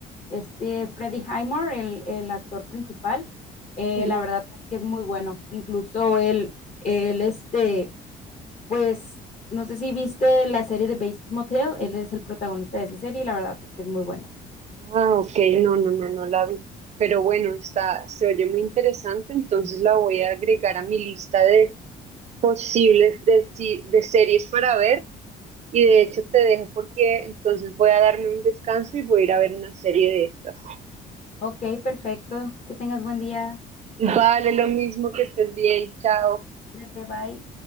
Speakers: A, on the left; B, on the right.
A: este Freddie Highmore, el, el actor principal, eh,
B: Ujú.
A: la verdad es que es muy bueno. Incluso él, él, este, pues, no sé si viste la serie de Bates Motel, él es el protagonista de esa serie y la verdad es que es muy bueno.
B: Ah, ok, no, no, no, no la vi. Pero bueno, está, se oye muy interesante, entonces la voy a agregar a mi lista de posibles de, si- de series para ver. Y de hecho te dejo porque entonces voy a darme un descanso y voy a ir a ver una serie de estas.
A: Ok, perfecto, que tengas buen día.
B: Vale, lo mismo que estés bien, chao.
A: Cuídate, bye.